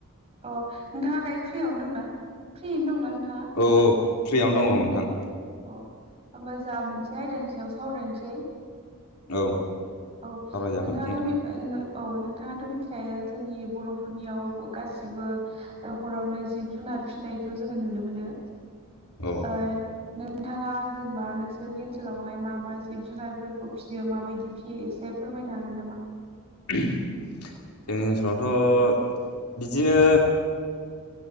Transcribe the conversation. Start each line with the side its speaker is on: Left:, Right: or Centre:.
Right: अ नोंथाङा दायो फ्रियावनो दंना फ्रियैनो दंना नोंथां?
Left: औऔ फ्रियावनो दङ नोंथां।
Right: अ होमबा जा मोनसे आयदानि सायाव सावरायनोसै।
Left: औ
Right: औ
Left: सावरायजागोन
Right: नोंथाङाथ'
Left: नोंथां
Right: बे ओ औ नोंथाङाथ' मिथिखायो जोंनि बर'फोरनियाव गासिबो नखरावनो जिब जुनार फिनायखौ जोङो नुनो मोनो।
Left: औ
Right: ओ नोंथाङा जेनेबा नोंसोरनि ओनसोलावहाय मा मा जिब जुनारफोरखौ फिसियो माबायदि फिसियो एसे फोरमायनो हागोन नामा?
Left: <unintelligible> जोंनि ओनसोलावथ' बिदिनो